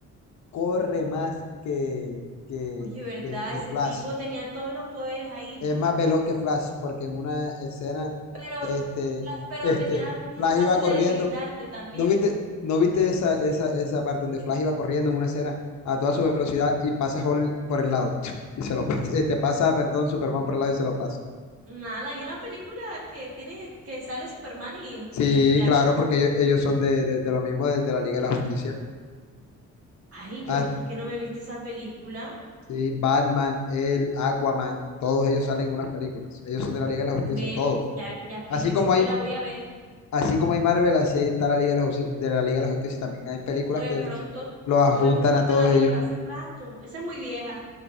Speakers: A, on the left; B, on the right.
A: corre más que, que,
B: Oye, ¿verdad?
A: que- que
B: Ese
A: Flash.
B: tipo tenía todos los poderes ahí,
A: Es más veloz que Flash, porque en una escena,
B: pero,
A: este, <laughs>
B: pero
A: este,
B: tenía muy
A: Flash
B: fácil
A: iba corriendo.
B: de debilitarte también.
A: ¿No viste, no viste esa, esa, esa parte donde Flash iba corriendo en una escena a toda su velocidad y pasa Hall por el lado? <laughs> <tsk> Y se lo <laughs> pasa, este, pasa, perdón, Superman por el lado y se lo pasa.
B: Nada, hay una película que tiene, que sale Superman y,
A: Sí,
B: y Flash.
A: claro, porque ellos, ellos son de, de- de lo mismo, de, de la Liga de la Justicia.
B: Ay,
A: Ah,
B: yo, ¿por qué no me viste esa película?
A: Sí, Batman, el Aquaman, todos ellos salen en unas películas. Ellos son de la Liga de la Justicia,
B: Ven,
A: todos.
B: ya, ya que
A: Así
B: lo dices,
A: como
B: me
A: hay,
B: la voy a ver.
A: así como hay Marvel, así ahí está la Liga de la Justicia, de la Liga de la Justicia. También hay películas
B: O
A: que
B: de pronto,
A: los adjuntan
B: o de pronto
A: a todos
B: me la
A: ellos.
B: vi, pero hace rato. Esa es muy vieja.